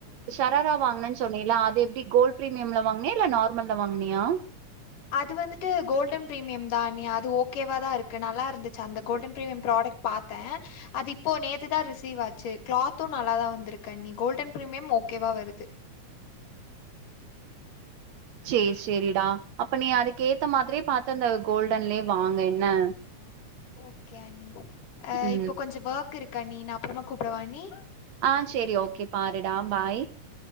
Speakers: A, on the right (about 65°); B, on the left (about 80°).
A: ஷராரா வாங்னன்னு சொன்னீல்ல அது எப்டி கோல்ட் பிரரீமியம்ல வாங்னியா இல்ல நார்மல் ல வாங்குனியா
B: அது வந்துட்டு கோல்டன் பிரீமியம் தா நி அது ஓகேவா தா இருக்கு நல்லா இருந்துச்சு அந்த கோல்டன் பிரீமியம் ப்ராடக்ட் பாத்த அது இப்போ நேத்து தா ரிசீவ் ஆச்சு கிளாத்து நல்லா தா வந்திருக்கு அண்ணி கோல்டன் பிரீமியம் ஓகேவா வருது
A: சேரி சேரிடா அப்ப நீ அதுக்கு ஏத்த மாதிரியே பாத்து அந்த கோல்டன்லயே வாங்கு என்ன
B: ஓகே அண்ணி அ
A: ம்
B: இப்போ கொஞ்சோ ஒர்க் இருக்கண்ணி நா அப்பறமா கூப்டவா அண்ணி
A: அ சேரி ஓகே பாருடா பாய்